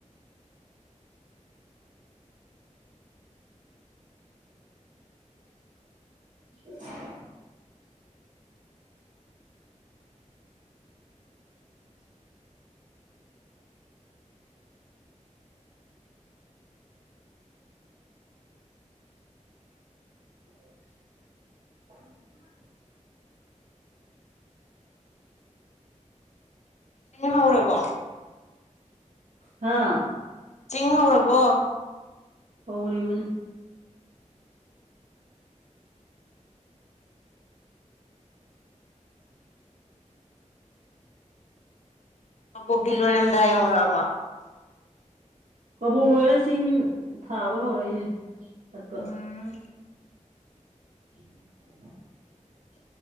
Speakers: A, on the right; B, on the left.
A: <inaudible> <inaudible> <unintelligible>
B: ꯍꯧꯔꯕꯣ
A: ꯍꯥꯥ
B: ꯆꯤꯡ ꯍꯧꯧꯔꯕꯣ
A: ꯍꯧꯧꯅꯤꯕꯅꯦ
B: ꯑꯕꯣꯛꯗꯤ ꯂꯣꯏꯔꯝꯗꯥꯏ ꯌꯧꯔꯛꯑꯕ
A: ꯀꯕꯣꯛ ꯂꯣꯏꯔ ꯆꯤꯡ ꯊꯥꯕ ꯍꯧꯔꯛꯏꯅꯦ ꯆꯠꯄ
B: ꯎꯝ
A: <inaudible>